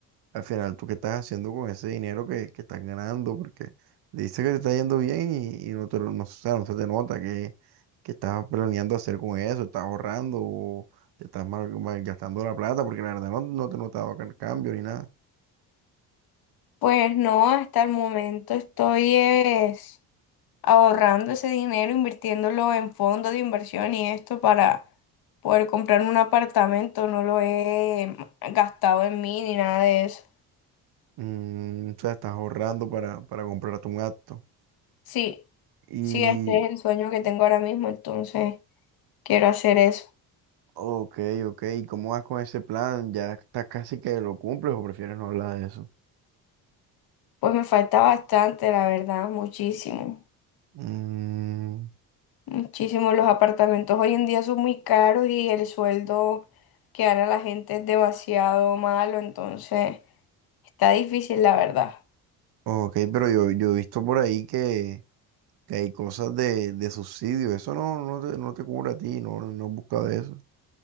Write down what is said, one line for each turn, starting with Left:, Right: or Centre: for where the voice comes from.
Right: al final, ¿tú qué estás haciendo con ese dinero que, que estás ganando? Porque dices que te está yendo bien y, y no te, lo- no, o sea, no se te nota que, que estás planeando hacer con eso, estás ahorrando o te estás mal, gastando la plata, porque la verdad no, no te he notado ca- cambio ni nada.
Left: Pues no, hasta el momento estoy es, ahorrando ese dinero, invirtiéndolo en fondos de inversión y esto para poder comprar un apartamento. No lo he gastado en mí ni nada de eso.
Right: Mm, o sea, estás ahorrando para, para comprarte un acto.
Left: Sí,
Right: Y
Left: sí, este es el sueño que tengo ahora mismo, entonces quiero hacer eso.
Right: Ok, ok. ¿Y cómo vas con ese plan? ¿Ya estás casi que lo cumples o prefieres no hablar de eso?
Left: Pues me falta bastante, la verdad, muchísimo.
Right: Mm,
Left: Muchísimo, los apartamentos hoy en día son muy caros y el sueldo que gana la gente es demasiado malo, entonces está difícil, la verdad.
Right: ok, pero yo, yo he visto por ahí que, que hay cosas de, de subsidio. Eso no, no te, no te cubre a ti, no, no has buscado eso.